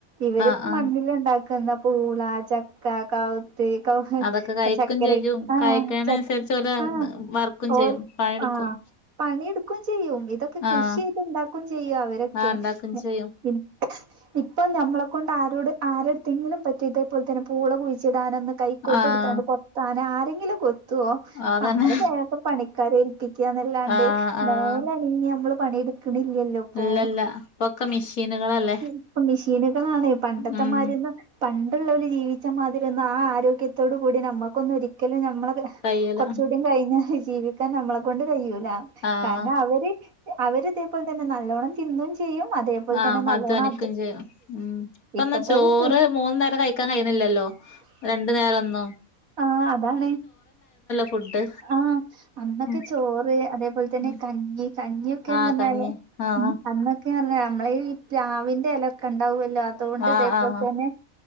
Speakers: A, on the right; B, on the left.
A: ഇവര്
B: ആഹ് ആഹ്
A: മണ്ണില്ണ്ടാക്കുന്ന പൂള ചക്ക കാവുത്ത് കൗങ്
B: അതൊക്കെ കഴിക്കും
A: ചക്കര
B: ചെയ്യും
A: ആഹ്
B: കഴിക്കണനുസരിച്ച്
A: ചക്
B: ഓല്
A: ആ
B: വർക്കും
A: ഓൽ
B: ചെയ്യും പണിയെടുക്കും
A: ആഹ് പണിയെട്ക്കും ചെയ്യും ഇതൊക്കെ കൃഷിയെയ്ത്ണ്ടാക്കും
B: ആഹ്
A: ചെയ്യും അവരൊക്കെ
B: ആഹ് ഇണ്ടാക്കും ചെയ്യും
A: ഉം ഇപ്പം നമ്മളെക്കൊണ്ടാരോട് ആരട്ത്തെങ്കിലും പറ്റൊ ഇതേപലെതന്നെ പൂള കുയിച്ചിടാനൊന്ന് കൈക്കോട്ടെടുത്താണ്ട്
B: ആഹ്
A: കൊത്താനാരെങ്കിലും കൊ ത്തുവോ
B: അതന്നെ
A: നമ്മള് വേഗം പണിക്കാരേൽപ്പിക്കന്നല്ലാണ്ട്
B: ആഹ് ആഹ്
A: മേലനങ്ങിയമ്മള് പണിയെട് ക്ക്‌ണില്ലല്ല്പ്പൊ
B: ഇല്ലല്ല ഇപ്പൊക്കെ മെഷീനുകളല്ലേ
A: ഇപ്പ മിഷീനുകളാണെ പണ്ടത്തെമാരിയൊന്ന്
B: ഉം
A: പണ്ടുള്ളവല് ജീവിച്ചമാതിരിയൊന്നും ആ ആരോഗ്യത്തോട്കൂടി നമ്മുക്കൊന്നൊരിക്കലും നമ്മളെക്കെ
B: കയ്യൂല
A: കൊറച്ചുംകൂടി കയിഞ്ഞാ ജീവിക്കാൻ നമ്മളെ കൊണ്ട് കയ്യൂല
B: ആഹ്
A: കാരണം അവര് അവരിതേപോലെതന്നെ നല്ലോണം തിന്നും ചെയ്യും അതേപോലെ
B: ആഹ്
A: തന്നെ നല്ലോണം
B: അധ്വാനിക്കും ചെയ്യും ഉം ഇപ്പെന്നാ
A: ഇപ്പത്തെ
B: ചോറ്
A: ഒരു
B: മൂന്ന്നേരം കയിക്കാൻ കയുന്നില്ലല്ലോ രണ്ടു നേരന്നോ
A: ആഹ് അതാണ്
B: ഫുഡ്
A: ആഹ് അന്നൊക്കെ
B: ഉം
A: ചോറ് അതേപോലെതന്നെ
B: ഉം
A: കഞ്ഞി കഞ്ഞിയൊക്കെന്നറഞ്ഞാല്
B: ആഹ് കഞ്ഞി ആഹ്
A: അന്നൊ ക്കെപറഞ്ഞ നമ്മളെ ഈ പ്ലാവിന്റെലൊക്ക്‌ണ്ടാവുഅല്ലോ അതോണ്ട്
B: ആഹ്
A: ഇതേപോലെ
B: ആഹ്
A: തന്നെ